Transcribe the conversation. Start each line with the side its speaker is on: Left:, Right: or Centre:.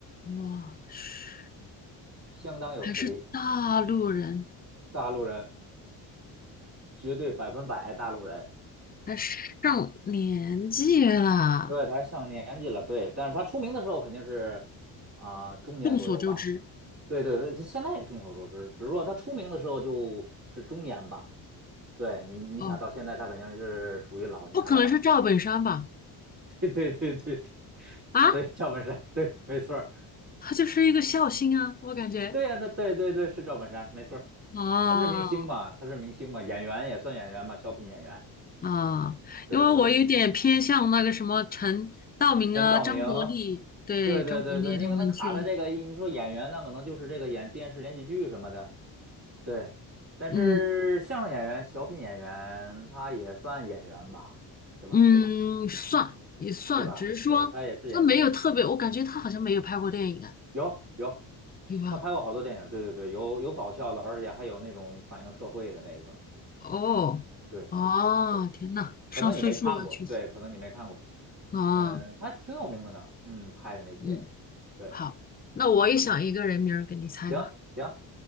Left: 哇，是
Right: 相当有实力，
Left: 还是大陆人，
Right: 大陆人。绝对百分百大陆人。
Left: 还上年纪了。
Right: 对，他上年纪了，对，但是他出名的时候肯定是啊、中年左右吧。
Left: 众所周知，
Right: 对对，现在也众所周知，只是说他出名的时候就是中年吧。对你，你想到现在他肯定是属于老年了吧？
Left: 哦，不可能是赵本山吧？
Right: <laughs> 对对对对对，
Left: 啊，
Right: 对赵本山，对，没错儿，
Left: 他就是一个孝心啊，我感觉
Right: 对呀、他对对对是赵本山，没错儿，
Left: 啊。
Right: 他是明星嘛，
Left: 哦
Right: 他是明星嘛，演员也算演员嘛，小品演员。
Left: 啊，
Right: 对对对，
Left: 因为我有点偏向那个什么陈道明啊、
Right: 陈道明，
Left: 张国立，对，
Right: 对对对对，
Left: 张国立他们去了，
Right: 你可能卡在这个，你说演员那可能就是这个演电视连续剧什么的，对。但是相声演员、
Left: 嗯
Right: 小品演员，他也算演员吧，对吧？
Left: 嗯，算也算，
Right: 对吧？
Left: 只是说他没有特别，
Right: 对，他也是演员，
Left: 我感觉他好像没有拍过电影啊，
Right: 有有，
Left: 有啊，
Right: 他拍过好多电影，对对对，有有搞笑的，而且还有那种反映社会的那个，
Left: 哦哦，
Right: 对对，
Left: 天呐，
Right: 可能你没看过，
Left: 上岁数了，确实
Right: 对，可能你没看过，
Left: 啊，
Right: 嗯，他挺有名的呢，嗯，拍的那些，
Left: 嗯，
Right: 对
Left: 好，那我也想一个人名儿给你猜吧，
Right: 啊，行行